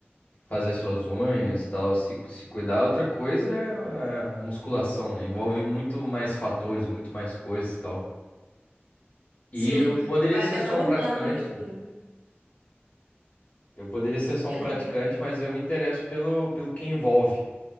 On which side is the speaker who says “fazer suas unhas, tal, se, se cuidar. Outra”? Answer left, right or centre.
Left